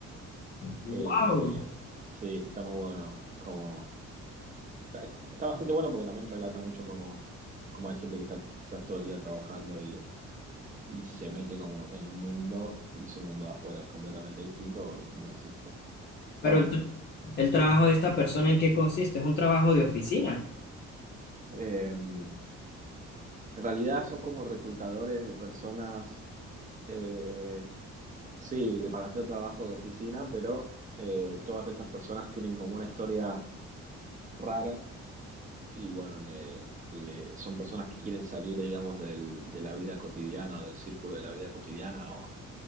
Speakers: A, on the left; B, on the right.
A: Wow.
B: Eh, sí, está muy bueno. Es como, está, está bastante bueno porque también relata mucho cómo, cómo hay gente que está quizás todo el día trabajando y, y se mete como en un mundo y su mundo de afuera es completamente distinto, o no existe. Está
A: Pero
B: bueno.
A: el, tr- el trabajo de esta persona, ¿en qué consiste? Es un trabajo de oficina.
B: Eh, en realidad son como reclutadores de personas. eh, Sí, de para hacer trabajo de oficina, pero eh, todas estas personas tienen como una historia rara y bueno, le, le- son personas que quieren salir, digamos, del, de la vida cotidiana o del círculo de la vida cotidiana o